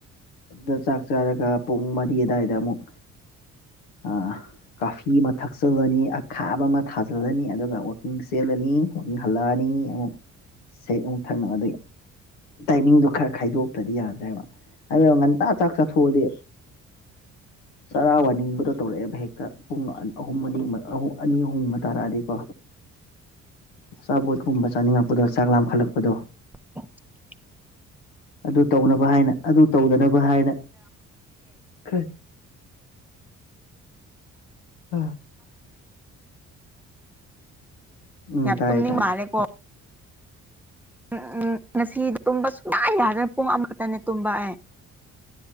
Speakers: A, on the left; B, in the centre.
A: ꯑꯗꯨꯗ ꯆꯥꯛ ꯆꯥꯔꯒ ꯄꯨꯡ ꯃꯔꯤ ꯑꯗꯥꯏꯗ ꯑꯃꯨꯛ ꯑꯥ ꯀꯥꯐꯤ ꯑꯃ ꯊꯛꯆꯜꯂꯅꯤ ꯑꯈꯥꯕ ꯑꯃ ꯊꯥꯖꯤꯜꯂꯅꯤ ꯑꯗꯨꯒ ꯋꯥꯛꯀꯤꯡ ꯆꯦꯜꯂꯅꯤ ꯋꯥꯀꯤꯡ ꯍꯜꯂꯛꯑꯅꯤ ꯑꯃꯨꯛ ꯁꯦꯛ ꯑꯃꯨꯛ ꯊꯛꯅꯕ ꯑꯗꯩ ꯇꯥꯏꯃꯤꯡꯗꯣ ꯈꯔ ꯈꯥꯏꯗꯣꯛꯇꯗꯤ ꯌꯥꯗ꯭ꯔꯦꯕ ꯍꯥꯏꯕꯩ ꯋꯥꯅꯤ ꯉꯟꯇꯥ ꯆꯥꯛ ꯆꯥꯊꯣꯛꯑꯗꯤ ꯆꯔꯥ ꯋꯥꯅꯤꯡꯕꯗꯣ ꯇꯧꯔꯛꯑꯦꯕ ꯍꯦꯛꯇ ꯄꯨꯡ ꯑꯍꯨꯝ ꯑꯅꯤ ꯑꯅꯤ ꯑꯍꯨꯝꯕ ꯇꯥꯔꯛꯑꯗꯤꯀꯣ ꯑꯆꯥꯄꯣꯠꯀꯨꯝꯕ ꯆꯥꯅꯤꯡꯉꯛꯄꯗꯣ ꯆꯥꯛ ꯂꯥꯈꯠꯂꯛꯄꯗꯣ
B: <inaudible>
A: ꯑꯗꯨ ꯇꯧꯅꯕ ꯍꯥꯏꯅ ꯑꯗꯨ ꯇꯧꯗꯅꯕ ꯍꯥꯏꯅ <unintelligible> <unintelligible> ꯎꯝ
B: ꯌꯥꯝ
A: ꯇꯥꯏꯌꯦ
B: ꯇꯨꯝꯅꯤꯡ
A: ꯇꯥꯏꯌꯦ
B: ꯃꯥꯜꯂꯦ ꯀꯣ ꯎꯝ ꯎꯝ ꯉꯁꯤ ꯇꯨꯝꯕ ꯁꯨꯡꯃꯥꯏ ꯌꯥꯗꯦ ꯄꯨꯡ ꯑꯃꯈꯛꯇꯅꯦ ꯇꯨꯝꯕ ꯑꯩ